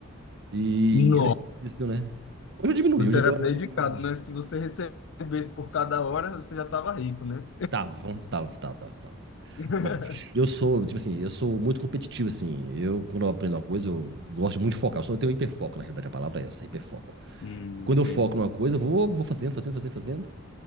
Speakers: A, on the right; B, on the left.
A: E
B: Nossa,
A: era isso, né? Hoje eu diminui,
B: você
A: hoje
B: era
A: eu dou.
B: dedicado,
A: hoje eu dou-
B: né? Se você recebesse por cada hora, você já estava rico, né?
A: Tava, tava, tava, tava, tava.
B: <laughs>
A: Não, eu sou, tipo assim, eu sou muito competitivo, assim. Eu, quando eu aprendo uma coisa, eu gosto muito de focar. Eu só tenho hiperfoco, na realidade, a palavra é essa, hiperfoco.
B: Hum,
A: E quando
B: sim.
A: eu foco numa coisa, eu vou, vou fazendo, fazendo, fazendo, fazendo.